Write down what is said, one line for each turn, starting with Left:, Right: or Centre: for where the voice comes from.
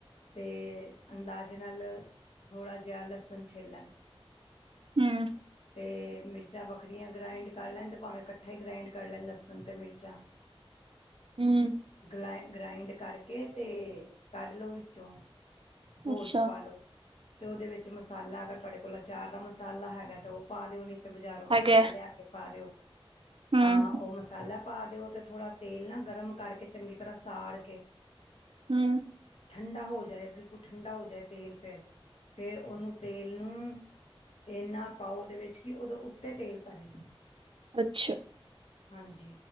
Left: ਤੇ ਅੰਦਾਜੇ ਨਾਲ ਥੋੜਾ ਜਿਹਾ ਲਸਣ ਛਿੱਲ ਲੇਣ।
Right: ਹਮ।
Left: ਅਤੇ ਮਿਰਚਾਂ ਵੱਖਰੀਆਂ ਗਰਾਾਇੰਡ ਕਰ ਲੈਣ ਅਤੇ ਭਾਵੇਂ ਇਕੱਠਾ ਹੀ ਗ੍ਰਾਇੰਡ ਕਰ ਲੈਣ ਲਸਣ ਅਤੇ ਮਿਰਚਾਂ
Right: ਹੂੰ
Left: ਗਲਾਇ ਗ੍ਰਾਇੰਡ ਕਰਕੇ ਤੇ ਕੱਢ ਲੋ ਵਿੱਚੋਂ ਬੋਲ
Right: ਅੱਛਾ
Left: ਚ ਪਾਲੋ ਤੇ ਉਹਦੇ ਵਿੱਚ ਮਸਾਲਾ ਅਗਰ ਤੁਹਾਡੇ ਕੋਲ ਆਚਾਰ ਦਾ ਮਸਾਲਾ ਹੈਗਾ ਤੇ ਉਹ ਪਾ ਦਿਓ ਬਾਜ਼ਾਰੋਂ ਮਸਾਲਾ
Right: ਹੈਗਾ
Left: ਲਿਆ ਕੇ ਪਾ ਦਿਓ
Right: ਹੂੰ
Left: ਹਾਂ ਉਹ ਮਸਾਲਾ ਪਾ ਦਿਓ ਤੇ ਥੋੜਾ ਤੇਲ ਨਾ ਗਰਮ ਕਰਕੇ ਚੰਗੀ ਤਰ੍ਹਾਂ ਸਾੜ ਕੇ
Right: ਹੂੰ
Left: ਠੰਡਾ ਹੋ ਜਾਏ ਬਿਲਕੁਲ ਠੰਡਾ ਹੋ ਜਾਏ ਤੇਲ ਫਿਰ ਫੇਰ ਉਹਨੂੰ ਤੇਲ ਨੂੰ ਇੰਨਾ ਪਾਓ ਉਹਦੇ ਵਿੱਚ ਕਿ ਉਹਦੇ ਉੱਤੇ ਤੇਲ ਤਰੇ
Right: ਅੱਛਾ।
Left: ਹਾਂਜੀ